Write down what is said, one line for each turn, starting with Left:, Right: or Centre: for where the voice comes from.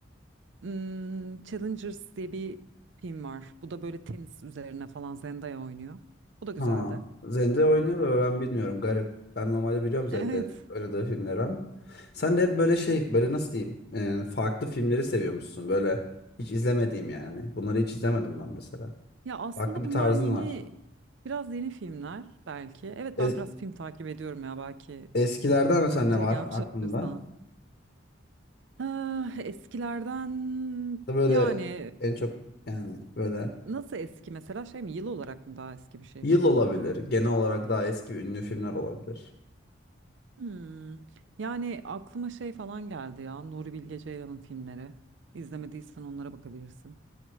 Right: Hmm, Challengers diye bir film var. Bu da böyle tenis üzerine falan Zendaya oynuyor. Bu da güzeldi.
Left: Ha. Zendaya oynuyor
Right: Hı.
Left: da ben bilmiyorum. Garip. Ben normalde biliyorum Zendaya'nın
Right: Evet.
Left: oynadığı filmleri ama. Sen de hep böyle şey, böyle nasıl diyeyim? E, farklı filmleri seviyormuşsun. Böyle hiç izlemediğim yani. Bunları hiç izlemedim ben mesela.
Right: Ya aslında
Left: Farklı bir
Right: bunlar
Left: tarzın
Right: yeni,
Left: var.
Right: biraz yeni filmler belki. Evet
Left: Es-
Right: ben biraz film takip ediyorum ya belki.
Left: eskilerden
Right: O yüzden
Left: mesela ne
Right: <laughs> şey
Left: var
Right: gelmiş
Left: aklında?
Right: olabilir sana. Ah, eskilerden
Left: Da böyle
Right: yani
Left: en çok yani böyle
Right: nasıl eski mesela şey mi yıl olarak mı daha eski bir şey?
Left: yıl olabilir. Genel olarak daha eski ve ünlü filmler olabilir.
Right: Hmm. Yani aklıma şey falan geldi ya Nuri Bilge Ceylan'ın filmleri. İzlemediysen onlara bakabilirsin.